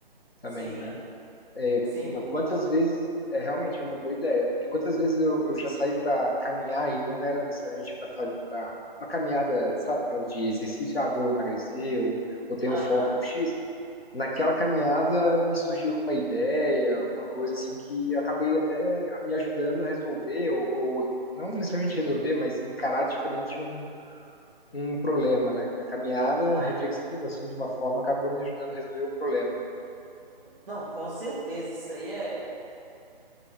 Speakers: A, on the left; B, in the centre.
A: também,
B: Sim,
A: né? É,
B: sim,
A: no-
B: concordo.
A: quantas vezes, é realmente é uma boa ideia, porque quantas vezes eu, eu já saí para caminhar e não era necessariamente para fazer para uma caminhada, sabe, aquela de exercício, ah, vou emagrecer ou, ou tenho
B: Aham,
A: um foco X. Naquela caminhada me surgiu alguma ideia, alguma coisa assim que eu acabei até me ajudando a resolver ou, ou não necessariamente resolver, mas encarar diferente um um problema, né? A caminhada
B: não é?
A: reflexiva, assim, de uma forma, acabou me ajudando a resolver um problema.
B: Não, com certeza, isso aí é.